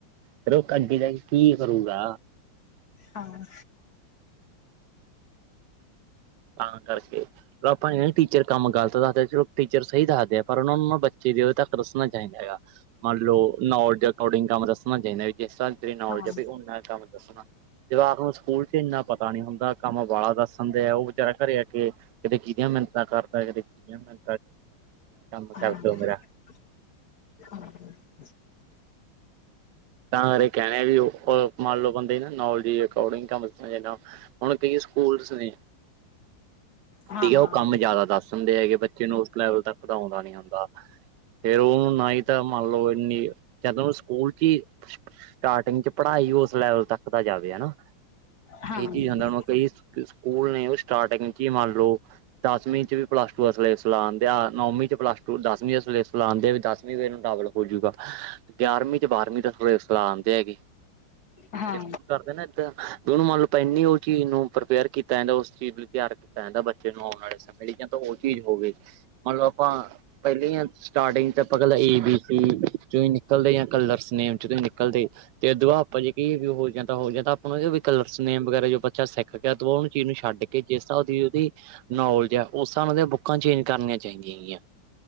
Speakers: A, on the right (about 75°); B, on the left (about 50°).
A: ਫਿਰ ਉਹ ਅੱਡੀ ਦਾ ਕੀ ਕਰੂਗਾ।
B: ਹਾਂ,
A: ਤਾਂ ਕਰਕੇ ਆਪਾਂ ਇਹ ਟੀਚਰ। ਕੰਮ ਗਲਤ ਦੱਸਦੇ ਚਲੋ ਟੀਚਰ ਸਹੀ ਦੱਸਦੇ ਆ ਪਰ ਉਹ ਨੂੰ ਬੱਚੇ ਦੀ ਉਦੋਂ ਤੱਕ ਦੱਸਣਾ ਚਾਹੀਦਾ ਹੈਗਾ। ਮੰਨ ਲਓ ਨੌਲਜ ਅਕੋਰਡਿੰਗ ਕੰਮ ਦੱਸਣਾ ਚਾਹੀਦਾ ਵੀ ਜਿਸ ਹਿਸ ਨੌਲਜ
B: ਹਾਂ
A: ਜਾ
B: ਹਾਂ
A: ਉਹਨਾ ਕੰਮ। ਦੱਸਣਾ ਜਵਾਕ ਨੂੰ ਸਕੂਲ ਚ ਇੰਨਾ ਪਤਾ ਨੀ ਹੁੰਦਾ ਕੰਮ ਵਾਲਾ ਦੱਸਣਦੇ ਆ ਉਹ ਵਿਚਾਰਾ ਘਰੇ ਆ ਕੇ ਕਿਤੇ ਕਿਹਦੀਆਂ ਮਿਹਨਤਾਂ ਕਰਦਾ ਕਿਤੇ ਕਿ ਮ ਕੰਮ
B: ਹਾਂ
A: ਕਰ ਦਉ ਮੇਰਾ
B: <unintelligible>
A: ਤਾਂ ਇਹ ਕਹਿਣੇ ਵੀ ਉਹ ਮੰਨ ਲਓ ਬੰਦੇ ਨਾ ਨਲ ਜ ਅਕੋਡਿੰਗ ਕ <unintelligible> ਹੁਣ ਕਈ ਸਕੂਲਸ ਨੇ
B: ਹਾਂ
A: ਦੀ
B: ਹਾਂ
A: ਆ ਉਹ ਕੰਮ ਜ਼ਿਆਦਾ ਦੱਸ। ਦੇ ਹੈਗੇ ਬੱਚੇ ਨੂੰ ਉਸ ਲੈਵਲ ਤੱਕ ਪਧਾਉਂਦਾ ਨੀ ਹੁੰਦਾ ਫੇਰ ਉਹਨੂੰ ਨਾ ਹੀ। ਮਲਬ ਇਨੀ ਚਦ ਸਕੂਲ ਚ ਸਟਾਰਟਿੰਗ ਚ ਪੜ੍ਹਾਈ ਉਸ ਲੈਵਲ ਤੱਕ ਦਾ ਜਾਵੇ ਹਨਾ
B: ਹਾਂ
A: ਇਹ
B: ਹਾਂ
A: ਚੀਜ਼ ਹੁੰ ਕਈ ਸਕੂਲ ਨੇ ਉਹ ਸਟਾਰਟਿੰਗ ਚ ਹੀ ਮੰਨ ਲਓ। ਦਸਵੀਂ ' ਵੀ ਪਲੱਸ ਟੂ ਦਾ ਸਲੇਸਲਾ ਆਉਂਦੇ ਆ ਨੌਵੀਂ ' ਪਲੱਸਸ ਟੂ ਦਸਵੀਂ ਦਾ ਸਲੇਸਲਾ ਆਉਂਦੇ ਵੀ ਦਸਵੀਂ ਵੀ ਇਹਨੂੰ ਡਬਲ ਹੋਜੂਗਾ ਗਿਆਰਵੀਂ ਤੇ ਬਾਰਵੀਂ ਦਾ ਥੋੜੇ ਸਲਾਹ ਆਉਂਦੇ ਹੈਗੇੇ
B: ਹਾਂ
A: ਸਕੂਲ ਕਰਦੇ ਨੇ। ਦੋਨੂੰ ਮੰਨ ਲਓ ਇੰਨੀ ਉਹ ਚੀਜ਼ ਨੂੰ ਪ੍ਰਪੇਅਰ ਕੀਤਾ ਜਾਂਦਾ ਉਸ ਚੀਜ਼। ਤਿਆਰ ਕੀਤਾ ਜਾਂਦਾ ਬੱਚੇ ਨੂੰ ਆਉਣ ਵਾਲੇ ਸਮੇਂ ਲਈ ਜਾਂ ਤਾਂ ਉਹ ਚੀਜ਼ ਹੋਵੇ ਮਤਲਬ ਆਪਾਂ। ਪਹਿਲੇ ਸਟਾਰਟਿੰਗ ਚ ਆਪਾਂਗਲਾਂ ਏ ਬੀ ਸੀ ਚ ਹੀ ਨਿਕਲਦੇ ਹ ਕਲਰਸ ਨੇੇਮ। ਨਿਕਲਦੇ ਤੇ ਦੁਆ ਆਪਾਂ ਜੇ ਕੀ ਵੀ ਹੋ ਜਾਂਦਾ ਹੋ ਜਾਂਦਾ। ਵੀ ਕਲਰਸ ਨੇੇਮ ਵਗੈਰਾ ਜੋ ਬੱਚਾ ਸਿੱਖ ਗਿਆ ਉਹਨੂੰ ਚੀਜ਼ ਨੂੰ ਛੱਡ ਕੇ ਜਿਸ ਤਰ੍ਹਾ ਦੀ ਉਹਦੀ ਨਾ ਉਲ ਜਾ ਉਸ ਹਿਸਾਬ ਨਾਲ ਤਾਂ ਬੁੱਕਾਂ ਚੇਂਜ ਕਰਨੀਆਂ ਚਾਹੀਦੀਆਂ ਹੈਗੀਆਂ